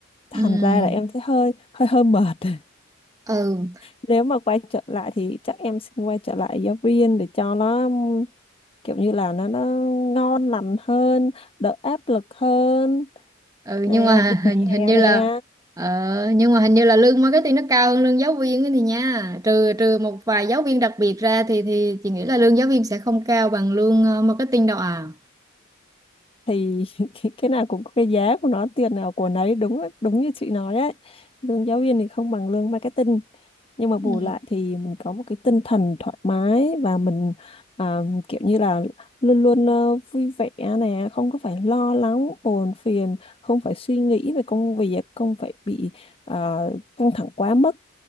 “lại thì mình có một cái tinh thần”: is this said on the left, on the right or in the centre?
Left